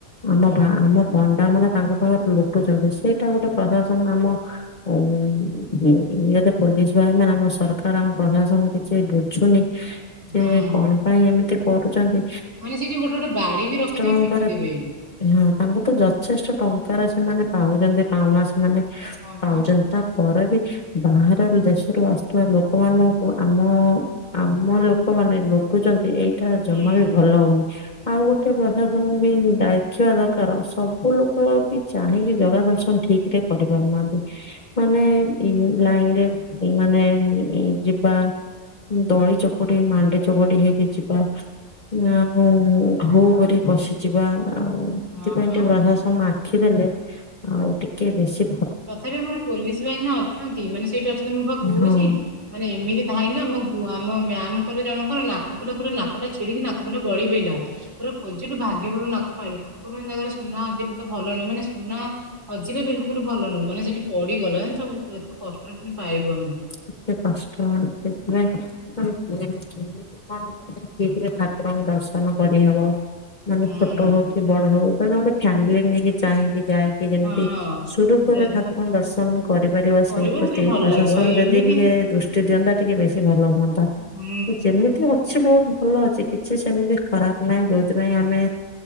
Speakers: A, on the left; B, on the right.
A: ଆମ
B: ହୁଁ
A: ଭା ଆମ ପ ଡାମାନେ ତାଙ୍କ ପାଖୁର ଲୁଟୁଛନ୍ତି ସିଏ ଏଟା ଗୋଟେ ପ୍ରଶାସନ ଆମ ଆଉ ହୁଁ ଇଏତ ପୋଲିସ ଭାଇମାନେ ଆମ ସରକାର ଆମ ପ୍ରଶାସନ କିଛି ବୁଝୁନି। ଯେ
B: ହୁଁ
A: କଣ ପାଇଁ ଏମିତି କରୁଚନ୍ତି।
B: ମାନେ ସେଇ ଯୋଉ ଗୋଟେ ଗୋଟେ ବାଡି ବି ରଖିଥିବେ
A: ଟଙ୍କାର
B: ପିଟି ଦେବେ।
A: ହଁ ତାଙ୍କୁ ତ ଯଥେଷ୍ଟ ଟଙ୍କାର ସେମାନେ ପାଉଚନ୍ତି ଆ ମାସ ମାନେ
B: ହଁ
A: ପାଉଚନ୍ତି
B: ପା
A: ତା ପରେ ବି ବାହାର ଦେଶରୁ ଆସୁଥୁବା ଲୋକମାନଙ୍କୁ ଆମ ଆମ ଲୋକମାନେ ଲୁଟୁଚନ୍ତି ଏଇ ତାହା
B: ହୁଁ
A: ଜମା ବି ଭଲ ହୋଉନି। ଆଉ ଗୋଟେ ପ୍ରଶାସନ ବି ଦାଖିବା ଦରକାର ସବୁ ଲୋକ ବି ଚାହିଁକି ଜଗା ଦର୍ଶନ ଏତେ କରିପାରୁନାହାନ୍ତି। ମାନେ ଇନ୍ ଲାଇନରେ ମାନେ ଉଁ ଯିବା ଦଳି ଚକଟି ହେଇ ମାଣ୍ଡି ଚକଟି ହେଇକି ଯିବା ଆଉ ଘୋ କରି ପଶିଯିବା। ଆଉ
B: ହଁ
A: ଥିପାଇଁ
B: ପା
A: ଟିକେ ବାଧା ସମାନ୍ ଖିଦେଲେ ଆଉ ଟି କେ ବେଶୀ
B: ତଥାପି ଆମର ପୋଲିସ ବାହିନି ଅଛନ୍ତି ମାନେ ସେଇଠି ଅଛନ୍ତି ମୁଁ ବା କହୁଛି
A: ହଁ
B: ମାନେ ଏମିତି ଧାଇଁଲା ଆମ ଗୁ ଆମ ମ୍ୟାମଙ୍କର ଜଣକର ନାକ ଫୁଲ ପୁରା ନାକଟା ଛିଡିକି ନାକ ଫୁଲ ଗଳି ପଇଲା ପୁରା ଖୋଜିଲୁ ଭାଗ୍ୟ ଭଲ ନାକ ପାଇଲୁ ଠାକୁରଙ୍କ ଜାଗାରେ ସୁନା ହଜିଲେ ତ ଭଲ ନୁହଁ ମାନେ ସୁନା ହଜିିଲେ ବିଲକୁଲ ଭଲ ନୁହଁ ମାନେ ସେଠି ପିଡି ଗଲା ଜାଣିଚ କେତେ କଷ୍ଟରେ ପୁଣି ପାଇଲୁ ଆମେ।
A: ଏତେ କଷ୍ଟ ହଉ ସେଥିପାଇଁ ଯେମି କେମିତି କଣ କରିକି ଠିକରେ ଠାକୁରଙ୍କୁ ଦର୍ଶନ କରିହେବ। ମାନେ
B: ହୁଁ
A: ଛୋଟ ହୋଉ କି ବଡ ହୋଉ। ମାନେ ଗୋଟେ ଫ୍ୟାମିଲି ନେଇକି ଚାହିଁକି ଯାଇକି ଯେମିତି
B: ହଁ
A: ସୁରୁଖୁରୁରେ
B: ଯଦି
A: ଠାକୁରଙ୍କୁ ଦର୍ଶନ କରିପାରିବ
B: କରିବ
A: ସେଇପ୍ରତି
B: ସେ ଭଲ
A: ପ୍ରଶାସ
B: ଲାଗିବ
A: ହଁ
B: ଆଉ
A: ଯଦି
B: ଏମିତି
A: ବି ହେ ଦୁଷ୍ଟ ଦିଅନ୍ତା ଟିକେ ବେଶୀ ଭଲ ହୁଅନ୍ତା
B: ହୁଁ
A: ଯେମିତି ଅଛି ବହୁତ ଭଲ ଅଛି କିଛି ସେମିତି ଖରାପ ନାହିଁ ଯୋଉଥିପାଇଁ ଆମେ